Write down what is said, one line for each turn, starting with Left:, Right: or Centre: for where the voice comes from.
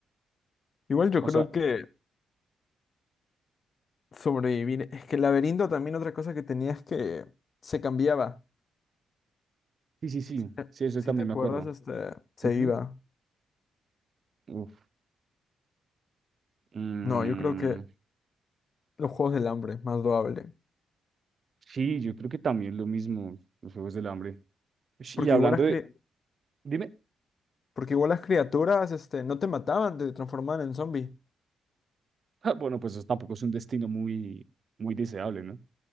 Left: Igual yo
Right: o
Left: creo
Right: sea,
Left: que sobrevivir. Es que el laberinto también otra cosa que tenía es que se cambiaba.
Right: sí, sí, sí.
Left: Eh,
Right: Sí, eso
Left: Si
Right: también
Left: te acuerdas,
Right: me acuerdo.
Left: este, se
Right: Ujú,
Left: iba.
Right: Uf. Mm,
Left: No, yo creo que los juegos del hambre, más loable.
Right: sí, yo creo que también lo mismo, los Juegos del Hambre. Ush,
Left: Porque
Right: Y hablando
Left: igual las,
Right: de...
Left: cri-
Right: Dime.
Left: porque igual las criaturas este, no te mataban, te transformaban en zombie.
Right: <laughs> Ah, Bueno, pues eso tampoco es un destino muy, muy deseable, ¿no?